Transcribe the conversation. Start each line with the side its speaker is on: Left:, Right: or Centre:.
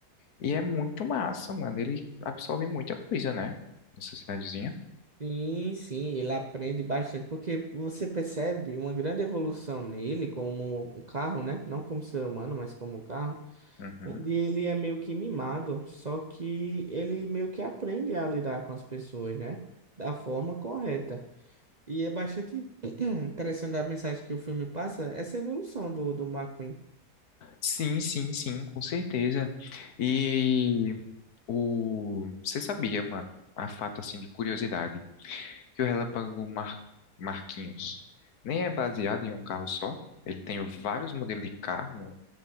Left: E é muito massa, mano. Ele absorve muita coisa, né, nessa cidadezinha.
Right: Sim, sim, ele aprende bastante, porque você percebe uma grande evolução nele como um carro, né? Não como ser humano, mas como um carro,
Left: Uhum.
Right: onde ele é meio que mimado, só que ele meio que aprende a lidar com as pessoas, né? Da forma correta. E é bastante <clears throat> interessante a mensagem que o filme passa, essa evolução do, do McQueen.
Left: Sim, sim, sim, com certeza. E o, você sabia, mano, a fato assim de curiosidade. que o Relâmpago Mar Marquinhos nem é baseado em um carro só. Ele tem vários modelos de carro